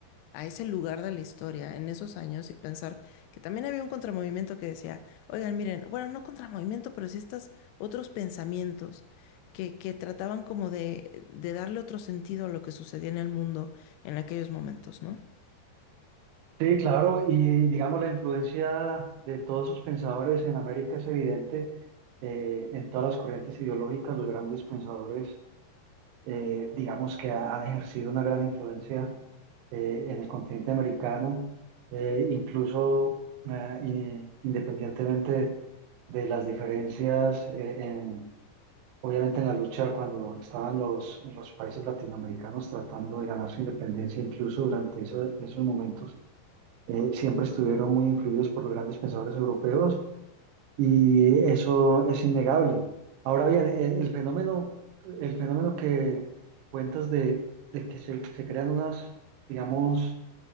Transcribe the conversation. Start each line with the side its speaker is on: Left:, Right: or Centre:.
Left: a ese lugar de la historia, en esos años, y pensar que también había un contramovimiento que decía, oigan, miren, bueno, no contramovimiento, pero sí estos otros pensamientos que, que trataban como de, de darle otro sentido a lo que sucedía en el mundo en aquellos momentos, ¿no?
Right: Sí, claro, y digamos la influencia de todos esos pensadores en América es evidente eh, en todas las corrientes ideológicas, los grandes pensadores, eh, digamos que ha- han ejercido una gran influencia eh, en el continente americano, eh, incluso eh, y- independientemente de las diferencias, eh, en, obviamente en la lucha cuando estaban los, los países latinoamericanos tratando de ganar su independencia, incluso durante eso- esos momentos eh, siempre estuvieron muy influidos por los grandes pensadores europeos y eso es innegable. Ahora bien, el, el fenómeno, el fenómeno que, que cuentas de, de que se, se crean unas, digamos,